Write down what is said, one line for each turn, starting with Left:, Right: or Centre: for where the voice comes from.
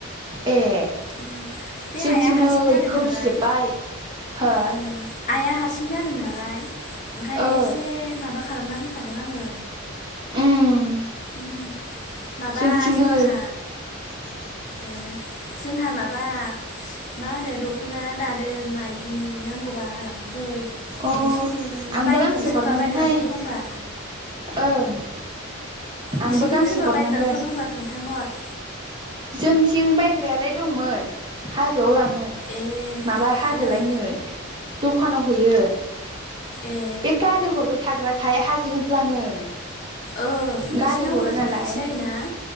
Right: ए
Left: उम बे
Right: जोंथिंनै
Left: आइआ हारसिं जादों
Right: खोमफिजोबबाय
Left: नालाय
Right: हो।
Left: ओ आइआ हारसिं जादों नालाय ओंखायनो
Right: ओ
Left: एसे माबा खालामना होफादों आङो।
Right: उम
Left: उम माबा
Right: जोंथिं
Left: जोंहा
Right: नै <inaudible>
Left: ओ जोंहा माबा मा होनो दखना दादों माइदिनि नांगौ बा लांफै
Right: अ
Left: नोंसिनिथिं
Right: आंबो
Left: बायनो
Right: गांसे
Left: सोरबा
Right: हरनांगोनहाय
Left: बायग्राफोर दंबा
Right: ओं
Left: नोंसिनिथिं
Right: आंबो गांसे
Left: सोरबा
Right: हरनांगोन
Left: बायग्राफोर दंबा खोनथाहर
Right: जोंथिं बायग्रायालाय दंमोन हाज जोआव लाङो
Left: ए
Right: माबा हाजोलायनो
Left: ओं
Right: दखानाव हैयो
Left: ए
Right: बे खालु हरबाय थाग्राखाय हाजो होनफ्लाङो
Left: ओं नोंसिना
Right: गालि हरो
Left: अरुणाचल
Right: नालाय
Left: खाथि जायोना